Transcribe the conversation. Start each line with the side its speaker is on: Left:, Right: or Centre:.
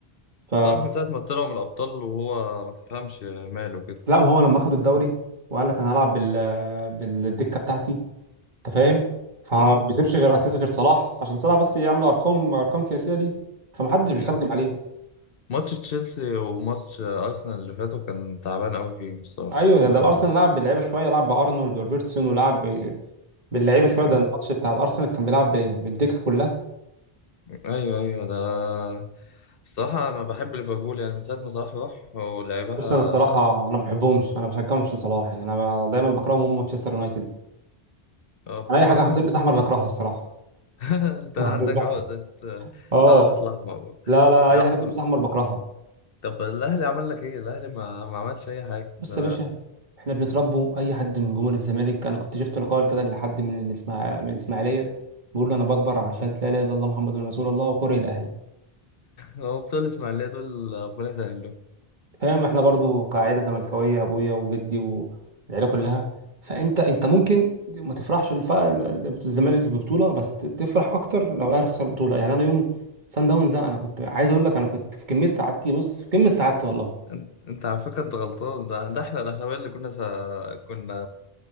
Right: ف
Left: صلاح من ساعة ما طلع من الأبطال وهو ما تفهمش ماله كده
Right: لا ما هو لما اخدوا الدوري وقال لك انا هلعب بال بالدكه بتاعتي انت فاهم فما
Left: امم
Right: بيسيبش غير اساسي غير صلاح عشان صلاح بس يعمل ارقام ارقام قياسيه دي فمحدش بيخدم
Left: هو
Right: عليه
Left: ماتش تشيلسي وماتش أرسنال اللي فاتوا كان تعبان أوي فيهم الصراحة
Right: ايوه ده,
Left: آه،
Right: ده الارسنال لعب باللعيبه شويه لعب بارنولد وروبرتسون ولعب ب- باللعيبه شويه ده
Left: أمم.
Right: الماتش بتاع الارسنال كان بيلعب ب- بالدكه كلها
Left: أيوه أيوه ده الصراحة أنا بحب ليفربول يعني من ساعة ما صلاح راح ولعبها
Right: بص انا الصراحه انا ما بحبهمش انا بشجعهم عشان صلاح يعني انا ب- دايما بكرههم هم مانشستر يونايتد
Left: آه، بتكرههم
Right: انا اي حاجه بتلبس احمر بكرهها الصراحه
Left: <laughs> أنت
Right: <laughs>
Left: عندك عقدة
Right: اه
Left: عقدة الأحمر
Right: لا لا
Left: يا
Right: اي
Left: عم
Right: حاجه بتلبس احمر بكرهها
Left: طب الأهلي عمل لك إيه؟ الأهلي ما, ما عملش أي حاجة
Right: بص
Left: <laughs>
Right: يا باشا احنا بنتربوا اي حد من جمهور الزمالك انا كنت شفت لقاء كده لحد من الإسماع... من الاسماعيليه بيقول له انا بكبر على شهاده لا اله الا الله محمد رسول الله وكره الاهلي
Left: هو بتوع الإسماعيلية دول ربنا يسهل لهم.
Right: فاهم احنا برضو كعائله زملكاويه ابويا وجدي والعيله كلها فانت انت ممكن ما تفرحش الف... الزمالك في البطوله بس ت- تفرح اكتر لو الاهلي خسر البطوله يعني انا يوم سان داونز ده انا كنت عايز اقول لك انا كنت في كميه سعادتي بص في كميه سعادتي والله
Left: انت انت على فكره انت غلطان ده ده احنا الاهلاويه اللي كنا سا... كنا